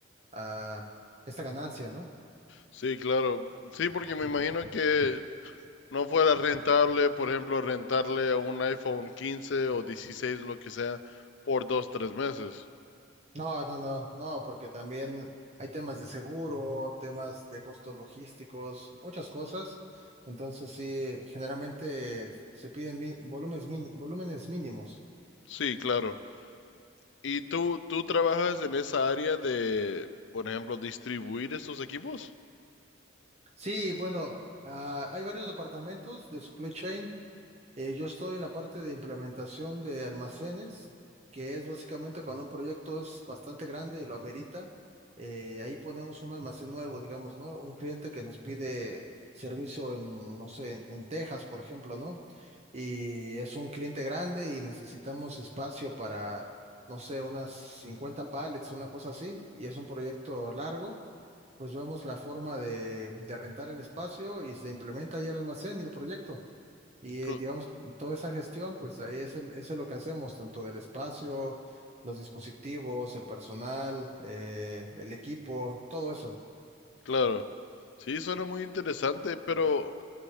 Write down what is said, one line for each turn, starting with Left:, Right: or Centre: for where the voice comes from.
Right: a esta ganancia, ¿no?
Left: Sí, claro. Sí, porque me imagino que no fuera rentable, por ejemplo, rentarle a un iPhone 15 o 16, lo que sea, por dos, tres meses.
Right: No, no, no, no, porque también hay temas de seguro, temas de costos logísticos, muchas cosas. Entonces, sí, generalmente se piden mi- volúmenes, min- volúmenes mínimos.
Left: Sí, claro. ¿Y tú, tú trabajas en esa área de, por ejemplo, distribuir estos equipos?
Right: Sí, bueno, ah, hay varios departamentos de supply chain. Eh, yo estoy en la parte de implementación de almacenes, que es básicamente cuando un proyecto es bastante grande y lo amerita, eh, ahí ponemos un almacén nuevo, digamos, ¿no? Un cliente que nos pide servicio en, no sé, en, en Texas, por ejemplo, ¿no? Y es un cliente grande y necesitamos espacio para, no sé, unas 50 pallets, una cosa así, y es un proyecto largo. Pues vemos la forma de, de rentar el espacio y se implementa ahí el almacén y el proyecto. Y
Left: Claro.
Right: eh, digamos, toda esa gestión, pues ahí es, el- eso es lo que hacemos, tanto del espacio, los dispositivos, el personal, eh, el equipo, todo eso.
Left: Claro, sí, suena muy interesante, pero